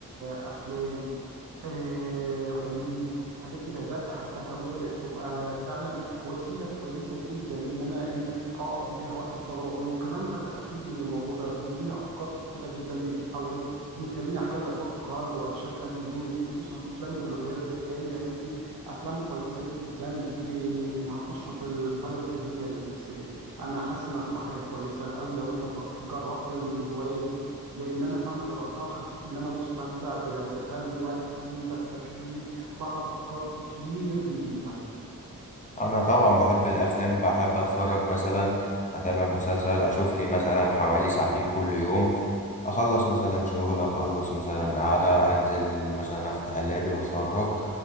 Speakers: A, on the right; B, on the left.
A: افلام آه، غموض الحاجات دي بدأت أحبها أو بدأت تبقى فعلا وسيلة كويسة جدا إن أنا إيه أقضي بيها وقت فراغي وكمان أنا بستفيد من الموضوع ده بيديني أفكار كتيرة جدا بيحاول بيخليني أحاول أفكر وأشغل دماغي وخصوصا أفلام الألغاز والخيال العلمي دي أفلام كويسة جدا في إنها تنشط الحالة الذهنية للإنسان أنا حاسس إنها هتبقى حاجة كويسة أوي لو أنت ف- جربت الهواية دي لان انا فعلا جربتها وحسيت ان انا مستمتع ب- بسلي وقتي بستفيد بعرف افكار كتير جديده
B: انا طبعا بحب الافلام بحب اتفرج مثلا اتابع مسلسل اشوف لي مثلا حوالي ساعتين كل يوم اخلص مثلا شغل اخلص مثلا قاعدة انزل مثلا افتح اللابي واتفرج